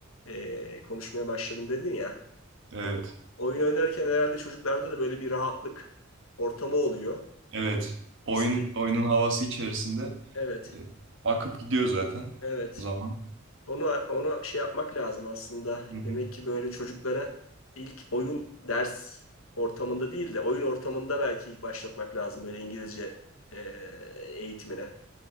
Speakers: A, on the left; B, on the right.
A: e, konuşmaya başladım dedin ya.
B: Evet.
A: O- Oyun oynarken herhalde çocuklarda da böyle bir rahatlık ortamı oluyor.
B: Evet. Oyun
A: İşte,
B: oyunun havası içerisinde
A: evet,
B: e, akıp gidiyor zaten
A: evet.
B: zaman.
A: Onu ona şey yapmak lazım aslında.
B: Hı
A: Demek
B: hı.
A: ki böyle çocuklara ilk oyun ders ortamında değil de oyun ortamında belki ilk başlatmak lazım böyle İngilizce e, eğitimine.